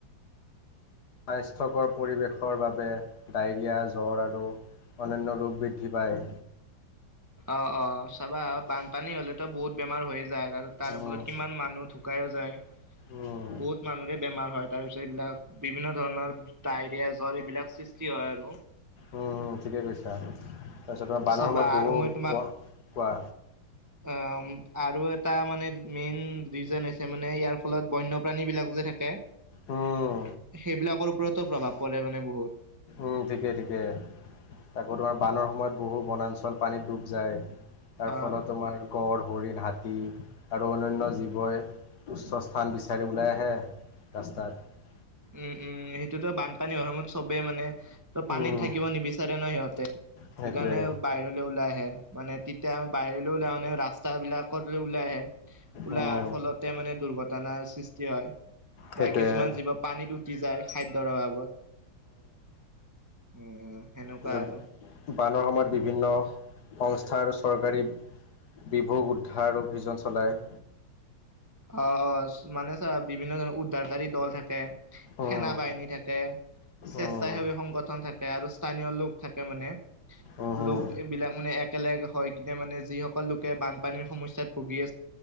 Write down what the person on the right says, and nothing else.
অ' অ', চাবা বান পানী হ'লেতো বহুত বেমাৰ হৈ যায় আৰু তাৰ
ফলত কিমান মানুহ ঢুকাইও যায়।
বহুত মানুহৰে বেমাৰ হয়, তাৰে পিছত এইবিলাক বিভিন্ন ধৰণৰ ডায়েৰিয়া, জ্বৰ এইবিলাক সৃষ্টি হয় আৰু।
চাবা
আৰু মই তোমাক
অ', আৰু এটা মানে মেইন ৰিজন হৈছে মানে ইয়াৰ ফলত বন্যপ্ৰাণী বিলাক যে থাকে
সেইবিলাকৰ ওপৰতো প্ৰভাৱ পৰে মানে বহুত।
অ
উম উম, সেইটোতো বানপানী হোৱাৰ সময়ত চবে মানে ত' পানীত
থাকিব নিবিচা ৰে ন সিহঁতে।
সিকাৰণে বাহিৰলে ওলাই আহে, মানে তিতা বাহিৰলৈ মানে ৰাস্তা বিলাকত যে ওলাই আহে, ওলাই
আহাৰ ফলতে মানে দুৰ্ঘটনা সৃষ্টি হয়, বা
কিছুমান জীৱ পানীত উটি যায় খাদ্যৰ অভাৱ ৱত, উম সেনেকুৱা
আৰু।
অ' অ', চ মানে চা বিভিন্ন ধৰণৰ উদ্ধাৰকাৰী দল থাকে থাকে,
সেনা বাহিনী থাকে। স্বেচ্চাসেৱী
সংগঠন থাকে আৰু স্থানীয় লোক থাকে মানে।
লোক এইবিলাক মানে একেলগে হয় কিতা মানে যিসকল লোকে বানপানীৰ সমস্যাত ভুগি